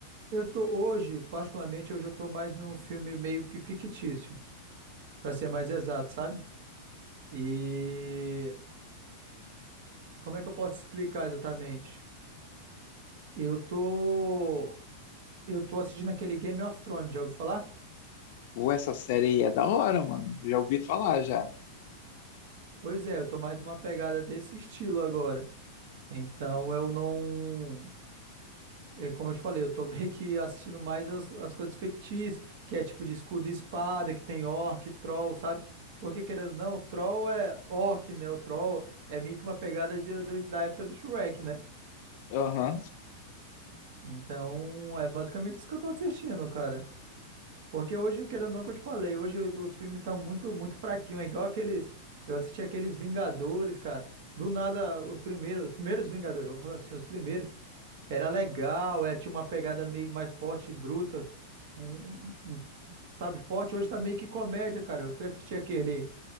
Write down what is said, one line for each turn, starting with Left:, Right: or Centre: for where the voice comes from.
Right: eu tô hoje, particularmente hoje eu tô mais num filme meio que fictício, pra ser mais exato, sabe? E como é que eu posso explicar exatamente? Eu tô eu tô assistindo aquele Game of Thrones, já ouviu falar?
Left: Pô, essa série aí é da hora, mano. Já ouvi falar, já.
Right: Pois é, eu tô mais uma pegada desse estilo agora. Então eu não. é, como eu te falei, eu tô <laughs> meio que assistindo mais as, as coisas fictícias, que é tipo de escudo e espada, que tem orc, troll, sabe? Porque querendo ou não, troll é orc, né? O troll é meio que uma pegada de- do- da época do Shrek, né?
Left: Aham,
Right: Então, é basicamente isso que eu tô assistindo, cara. Porque hoje, querendo ou não, que eu te falei, hoje os filmes estão muito, muito fraquinhos. É igual aqueles. Eu assisti aqueles Vingadores, cara. Do nada, os primeiros, os primeiros Vingadores, eu vou falar assim, os primeiros. Era legal, é, tinha uma pegada meio mais forte e bruta, um, um- um- sabe, forte. Hoje tá meio que comédia, cara. Eu fui assistir aquele,